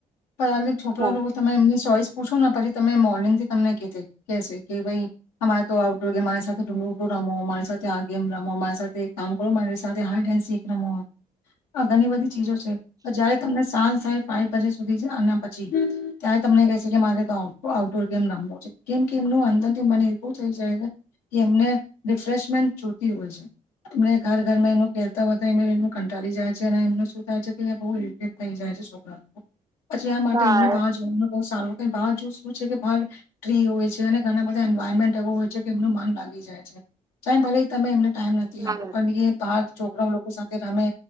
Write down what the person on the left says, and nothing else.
પર છોકરા
લોકો તમે એમની ચોઈસ પૂછો પછી તમે મોર્નિંગ થી તમને કે કે ભાઈ અમારે તો આઉટડોર ગેમ મારી સાથેડું રમો મારી સાથે આ ગેમ રમો મારી સાથે કામ કરો મારી સાથે હન્ શીખ રમો આ ઘણી બધી ચીજો છે જ્યારે ચાન્સ થાય ફાઇવ બજે સુધી છે અને પછી ત્યારે તમને કહે છે કે મારે તો આઉટડોર ગેમ રમવો છે કેમ કે એમનું અંદર થી મને એવું થઈ જાય છે કે એમને રિફ્રેશમેન્ટ જોતી હોય છે એમને ઘર ઘરમાં એનું ખેલતા હોય તો એ એમ કંટાળી જાય છે અને એમને શું થાય છે કે બ કહીં જાય છે છોકરા લોકો પછી આ
માટે એમને બહાર જોવા બહ સારું ક ભહાર જો શું છે કે ભાર ટ્રી હોય છે અને ઘણા બધા એન્વાયરમેન્ટ એવો હોય છે કે એમનું મન લાગી જાય છે સા ભલે તમે એમને ટાઈમ નથી
આપો પણ બહાર છોકરા લોકો સાથે રામે